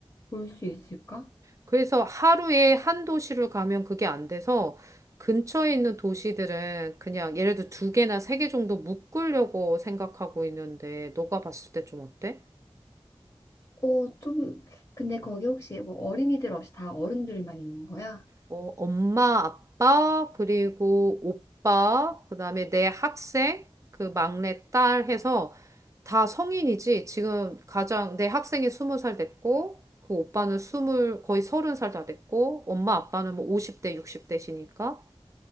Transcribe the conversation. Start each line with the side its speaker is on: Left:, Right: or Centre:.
Left: 볼 수 있을까?
Right: 그래서 하루에 한 도시를 가면 그게 안 돼서 근처에 있는 도시들은 그냥 예를 들어 두 개나 세 개 정도 묶으려고 생각하고 있는데 너가 봤을 때 좀 어때?
Left: 어, 좀, 근데 거기 혹시 뭐 어린이들 없이 다 어른들만 있는 거야?
Right: 어, 엄마, 아빠, 그리고 오빠, 그다음에 내 학생, 그 막내 딸 해서 다 성인이지. 지금 가장 내 학생이 스무 살 됐고, 그 오빠는 스물 거의 서른 살 다 됐고, 엄마, 아빠는 뭐 50대, 60대시니까